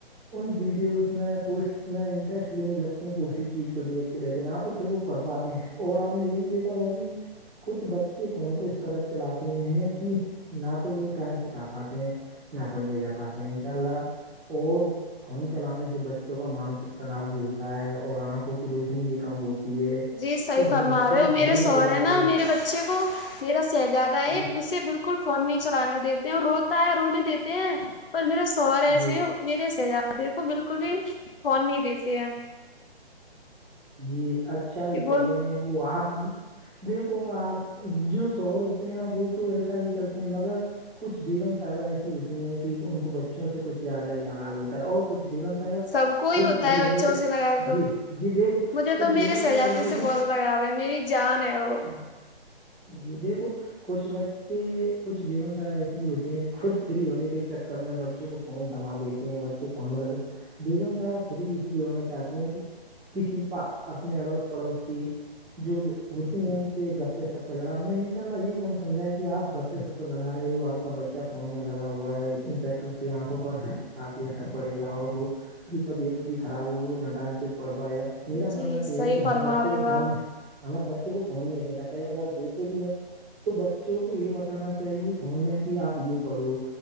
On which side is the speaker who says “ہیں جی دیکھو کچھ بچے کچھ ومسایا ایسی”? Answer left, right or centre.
Centre